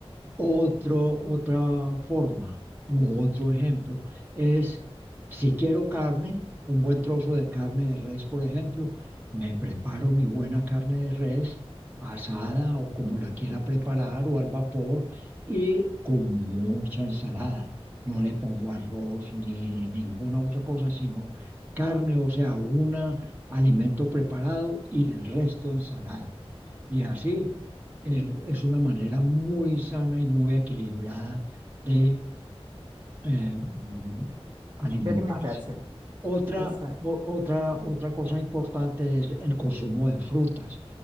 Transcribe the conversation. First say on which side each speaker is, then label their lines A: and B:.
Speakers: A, on the right; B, on the right.
A: Otro, otra forma u otro ejemplo es, si quiero carne, un buen trozo de carne de res, por ejemplo, me preparo mi buena carne de res asada o como la quiera preparar o al vapor y con mucha ensalada. No le pongo arroz ni ninguna otra cosa, sino carne, o sea, un alimento preparado y el resto ensalada. Y así eh, es una manera muy sana y muy equilibrada de eh, mm, alimentarse.
B: de alimentarse.
A: Otra,
B: Exacto.
A: o- otra, otra cosa importante es el consumo de frutas